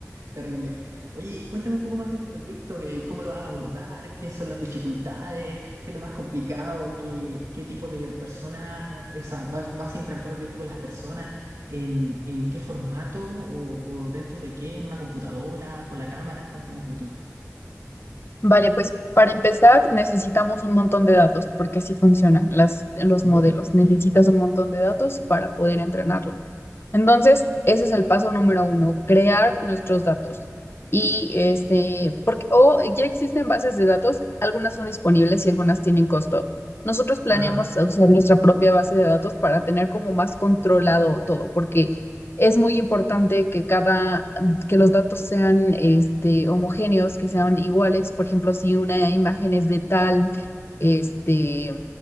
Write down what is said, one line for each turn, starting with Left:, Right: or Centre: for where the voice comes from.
Right: Terrible. Oye, cuéntame un poco más de tu proyecto, eh, cómo lo vas a abordar, qué son las dificultades, qué es lo más complicado, qué, qué tipo de personas, eh, o sea, vas, vas a interactuar directo con las personas, en, en qué formato o, o dentro de qué, en una computadora, con la cámara, cuéntame un poquito más.
Left: Vale, pues para empezar necesitamos un montón de datos porque así funcionan las, los
Right: Ujú.
Left: modelos. Necesitas un montón de datos para poder entrenarlos. Entonces, ese es el paso número uno, crear nuestros datos. Y este, porque, o ya existen bases de datos, algunas son disponibles y algunas tienen costo. Nosotros planeamos
Right: Ajá,
Left: usar nuestra propia base de datos para tener como más controlado todo, porque es muy importante que cada, que los datos sean este, homogéneos, que sean iguales. Por ejemplo, si una imagen es de tal, este,